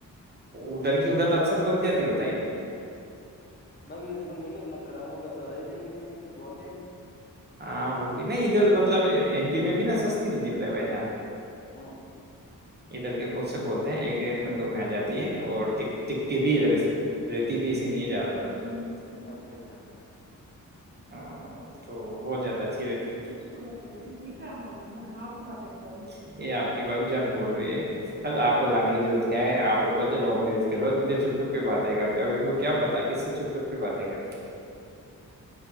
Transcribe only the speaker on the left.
باقی بک جائے گی اپنا کرموں کا تو رہ جائے گی نہیں تو اور لیں گی
ہوں
ہوں
اچھا اچھا
ٹھیک
ہے
کیا بول